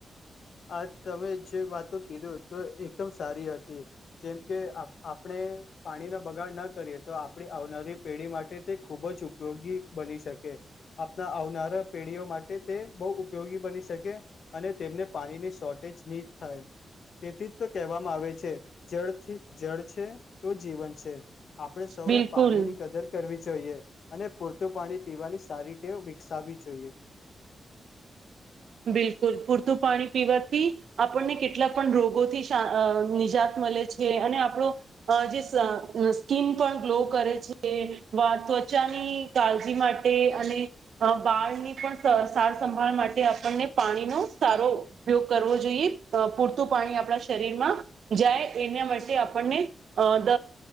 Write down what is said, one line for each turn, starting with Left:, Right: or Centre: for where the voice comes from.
Left: આ તમે જે વાતો કીધો તો એકદમ સારી હતી જેમ કે આપણે પાણીનો બગાડ ના કરીએ તો આપડી આવનારી પેઢી માટે તે ખૂબ જ ઉપયોગી બની શકે આપના આવનારા પેઢીઓ માટે તે બહુ ઉપયોગી બની શકે અને તેમને પાણીની શોર્ટેજ નીટ થાય તેથી તો કહેવામાં આવે છે જળથી જળ છે તો જીવન છે આપણેે સૌએ
Right: બિલકુલ
Left: પાણી ની કદર કરવી જોઈએ અને પૂરતું પાણી પીવાની સારી ટેવ વિકસાવવી જોઈએ
Right: બિલકુલ પૂરતું પાણી પીવાથી આપણને કેટલા પણ રોગોથી નિજા મળે છે અને આપણો જે સ્કીિન પણ ગ્લો કરે છે વા ત્વચાની કાળજી માટે અને વાળની પણ સાર સંંભાળ માટે આપને પાણીનો સારો ઉપયોગ કરવો જોઈએ પૂરતું પાણી આપણા શરીરમાં જાય એના માટે આપણને અ બ